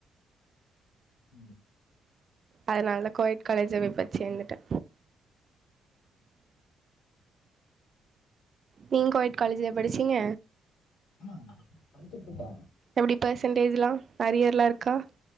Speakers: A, on the left; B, on the right.
A: ம்
B: அதனாலதா கோயட் காலேஜ்ஜாவே பாத்து சேந்துட்டே நீங்க கோயட் காலேஜ்லயா படிச்சீங்க
A: ஆ படுத்துட்ருக்கே
B: எப்டி பர்சன்டேஜ்லா அரியர்லா இருக்கா